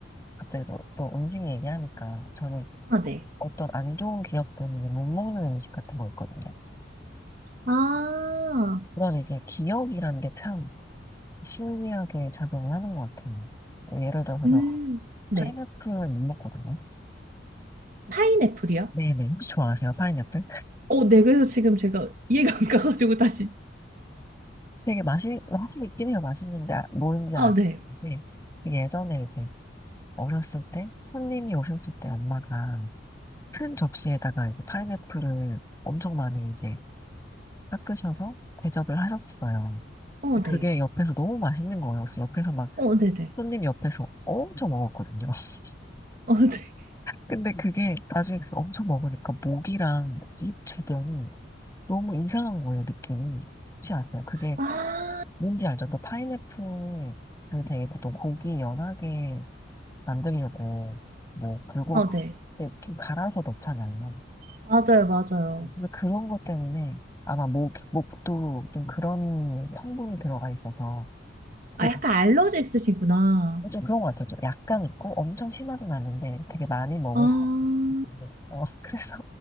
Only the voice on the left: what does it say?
갑자기 또, 또 음식 얘기하니까 저는
어떤 안 좋은 기억 때문에 못 먹는 음식 같은 거 있거든요.
그런 이제 기억이라는 게 참 신기하게 작용을 하는 것 같아요. 예를 들어서 저
파인애플을 못 먹거든요.
네네. 혹시 좋아하세요? 파인애플?
되게 맛이, 맛이 있긴 해요. 맛있는데, 아- 뭔지
아는데,
되게 예전에 이제 어렸을 때, 손님이 오셨을 때 엄마가 큰 접시에다가 이제 파인애플을 엄청 많이 이제 깎으셔서 대접을 하셨어요.
근데
그게 옆에서 너무 맛있는 거예요. 그래서 옆에서 막,
손님 옆에서 엄청 먹었거든요. <laughs>
근데 그게 나중에 그거 엄청 먹으니까 목이랑 입 주변이 너무 이상한 거예요, 느낌이. 혹시 아세요? 그게
뭔지 알죠? 또 파인애플을 되게 보통 고기 연하게 만들려고 뭐 불고기
때좀 갈아서 넣잖아요.
근데 그런 것 때문에 아마 목, 목도 좀 그런 성분이 들어가 있어서 그-
좀 그런 것 같아요. 좀 약간 있고 엄청 심하진 않은데 되게 많이 먹을
것 같아요. 어, <laughs> 그래서